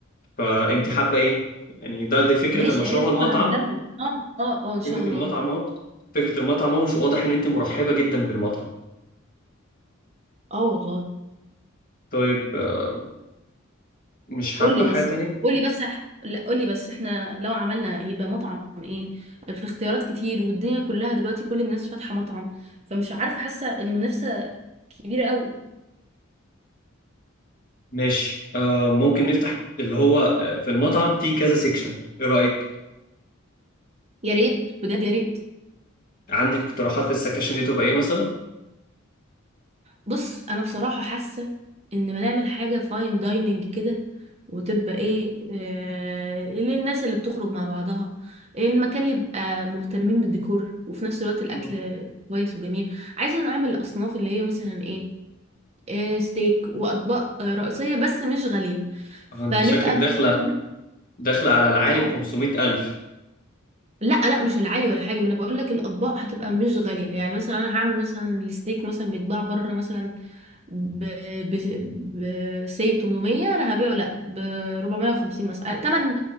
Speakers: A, on the left; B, on the right.
A: فانت حابة ايه يعني ده دي فكرة
B: ماشي
A: المشروع
B: ايوه
A: هو
B: طبعا
A: المطعم
B: هنكمل اه اه اه ان شاء
A: فكرة
B: الله
A: المطعم اهو فكرة المطعم اهو واضح ان انت مرحبة جدا بالمطعم
B: اه والله
A: طيب آه، مش حابة
B: قولي
A: حاجة
B: بس
A: تانية
B: قولي بس إح- لا قولي بس احنا لو عملنا يبقى مطعم ايه الاختيارات كتير والدنيا كلها دلوقتي كل الناس فاتحة مطعم فمش عارفة حاسة المنافسة كبيرة قوي
A: ماشي آه ممكن نفتح اللي هو آه، في المطعم في كذا سيكشن ايه رأيك
B: يا ريت بجد يا ريت
A: عندك اقتراحات للسكاشن دي تبقى ايه مثلا
B: بص انا بصراحة حاسة ان ما نعمل حاجة فاين دايننج كده وتبقى ايه آه للناس اللي بتخرج مع بعضها المكان يبقى مهتمين بالديكور وفي نفس الوقت الاكل
A: مم.
B: كويس وجميل عايزة اعمل الاصناف اللي هي مثلا ايه آه، ستيك واطباق آه، رئيسيه بس مش غاليه
A: اه
B: فنبقى
A: انت شكلك داخلة
B: بنستهدف
A: داخلة على العالي
B: اه
A: ب 500 ألف
B: لا لا مش العالي ولا حاجه ما انا بقول لك الاطباق هتبقى مش غاليه يعني مثلا انا هعمل مثلا الستيك مثلا بيتباع بره مثلا ب ب ب سي 800 انا هبيعه لا ب 450 مثلا آه، تمن